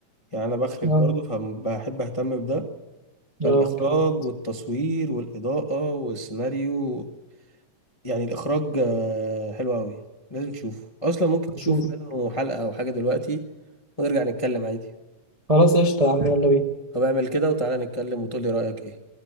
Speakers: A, on the left; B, on the right.
A: يعني انا بخرج
B: اه
A: برضو فبحب اهتم بده فالاخراج
B: اه جامد.
A: والتصوير والاضاءه والسيناريو يعني الاخراج آه، حلو قوي لازم تشوفه اصلا ممكن تشوف
B: نشوف
A: منه حلقه او حاجه دلوقتي ونرجع نتكلم عادي
B: خلاص قشطة يا عم يلا بينا
A: طب اعمل كده وتعالى نتكلم وتقولي رايك ايه